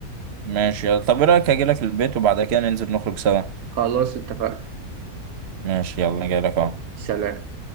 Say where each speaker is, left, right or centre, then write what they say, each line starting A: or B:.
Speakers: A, on the right; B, on the right.
A: ماشي يلا طب ايه رأيك اجي لك البيت وبعد كده ننزل نخرج سوا
B: خلاص اتفقنا
A: ماشي يلا جاي لك اهو
B: سلام